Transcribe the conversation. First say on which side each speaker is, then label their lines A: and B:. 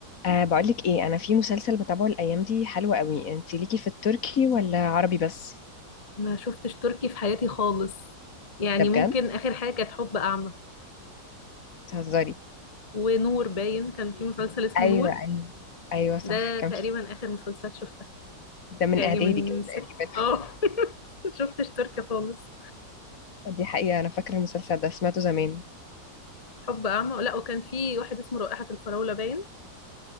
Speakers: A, on the left; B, on the left.
A: أه بقولك ايه انا في مسلسل بتابعه الايام دي حلو قوي انت ليكي في التركي ولا عربي بس
B: ما شفتش تركي في حياتي خالص يعني
A: ده بجد
B: ممكن آخر حاجة كانت حب أعمى
A: تهزري
B: ونور باين كان في مسلسل اسمه
A: ايوه
B: نور
A: ايوه ايوه صح
B: ده
A: كان
B: تقريبا
A: في
B: آخر مسلسل شفتها
A: ده من
B: يعني
A: اعدادي
B: من
A: كده
B: ست
A: تقريبا
B: اه <laughs> شفتش تركي خالص
A: آه، دي حقيقة انا فاكرة المسلسل ده سمعته زمان
B: حب أعمى لا وكان في واحد اسمه رائحة الفراولة باين